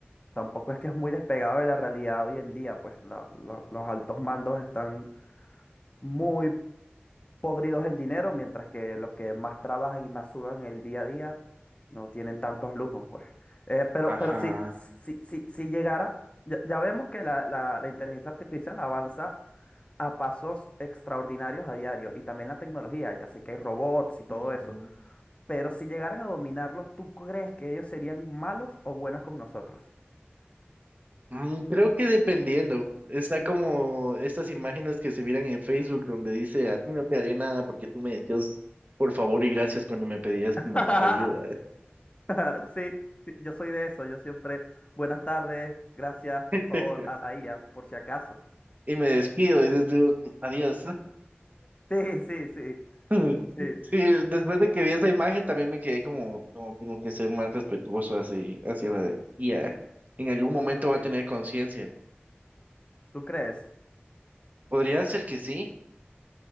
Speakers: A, on the left (about 30°); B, on the right (about 40°).
A: tampoco es que es muy despegado de la realidad hoy en día, pues la- la- los altos mandos están muy podridos en dinero, mientras que los que más trabajan y más sudan el día a día no tienen tantos lujos, pues. Eh, pero,
B: Ajá.
A: pero si, si, si, si llegara, ya, ya vemos que la, la, la inteligencia artificial avanza a pasos extraordinarios a diario y también la tecnología, ya sé que hay robots y todo
B: ujú.
A: eso, pero si llegaran a dominarlo, ¿tú crees que ellos serían malos o buenos con nosotros?
B: Mm, creo que dependiendo. Está como estas imágenes que se miran en Facebook donde dice, a ti no te haré nada porque tú me decías por favor y gracias cuando me pedías
A: <laughs>
B: como ayuda.
A: <laughs> Sí, sí, yo soy de eso. Yo siempre, buenas tardes, gracias, por
B: <laughs>
A: favor, a la IA, por si acaso.
B: Y me despido y les digo, adiós.
A: Sí, sí, sí,
B: <laughs>
A: sí,
B: Sí, después de que vi esa imagen también me quedé como, no, tengo que ser más respetuoso así, hacia la I a En algún momento va
A: sí.
B: a tener conciencia.
A: ¿Tú crees?
B: Podría ser que sí,